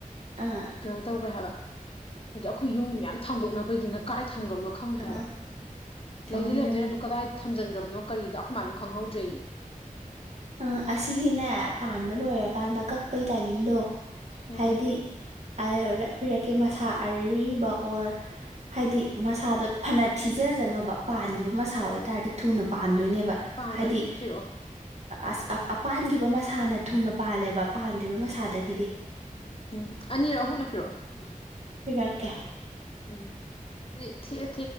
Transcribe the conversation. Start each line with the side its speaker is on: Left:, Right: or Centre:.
Right: ꯑꯥ
Left: ꯀꯩꯅꯣ ꯇꯧꯒ꯭ꯔꯦ ꯍꯥꯏꯕ ꯍꯥꯏꯗꯤ ꯑꯩꯈꯣꯏ ꯌꯨꯝꯒꯤ ꯃꯌꯥꯝ ꯊꯥꯡꯗꯣꯛꯅꯕꯒꯤꯅ ꯀꯥꯏ ꯊꯝꯈ꯭ꯔꯕ ꯈꯪꯗ꯭ꯔꯕ
Right: ꯑꯥ ꯇꯧꯅꯤ
Left: ꯂꯩꯗꯤ ꯂꯩꯝꯗꯣꯏꯅ
Right: ꯅꯪꯗꯤ
Left: ꯑꯗꯨ ꯀꯗꯥꯏ ꯊꯝꯖꯤꯟꯈ꯭ꯔꯕꯅꯣ ꯀꯔꯤꯗꯣ ꯑꯩꯈꯃꯅꯁꯨ ꯈꯪꯍꯧꯗ꯭ꯔꯦꯌꯦ
Right: ꯑ ꯑꯁꯤꯒꯤꯅꯦ ꯄꯥꯟꯕ ꯂꯣꯏꯔꯀꯥꯟꯗ ꯀꯛꯄꯩ ꯇꯥꯏꯃꯤꯡꯗꯣ
Left: ꯎꯝ
Right: ꯍꯥꯏꯗꯤ ꯑꯗꯨꯗ ꯄꯤꯔꯛꯀꯦ ꯃꯁꯥ ꯑꯔꯤꯕ ꯑꯣꯔ ꯍꯥꯏꯗꯤ ꯃꯁꯥꯗꯣ ꯐꯅ ꯊꯤꯖꯖꯅꯣꯅꯕ ꯄꯥꯟꯈꯤꯕ ꯃꯁꯥ ꯑꯣꯏꯇꯥꯥꯔꯗꯤ ꯊꯨꯅ ꯄꯥꯟꯗꯣꯏꯅꯦꯕ
Left: ꯄꯥꯟꯕꯅꯦ
Right: ꯍꯥꯏꯗꯤ
Left: ꯄꯤꯔꯛꯑꯣ
Right: ꯑꯁ ꯑꯄꯥꯟꯈꯤꯕ ꯃꯁꯥꯅ ꯊꯨꯅ ꯄꯥꯜꯂꯦꯕ ꯄꯥꯟꯗ꯭ꯔꯤꯕ ꯃꯁꯥꯗꯒꯤꯗꯤ
Left: ꯎꯝ ꯑꯅꯤꯔꯛ ꯑꯍꯨꯝꯂ ꯄꯤꯔꯛꯑꯣ
Right: ꯄꯤꯔꯛꯒꯦ
Left: ꯎꯝ ꯍꯥꯏꯗꯤ ꯊꯤꯑꯦ